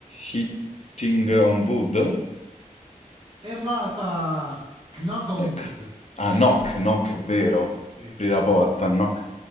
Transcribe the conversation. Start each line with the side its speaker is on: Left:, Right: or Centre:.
Left: hitting on wood?
Right: Errata! Knock on
Left: Ecco.
Right: Wood. <laughs>
Left: Ah, knock, knock, è vero.
Right: sì.
Left: Apri la porta, knock.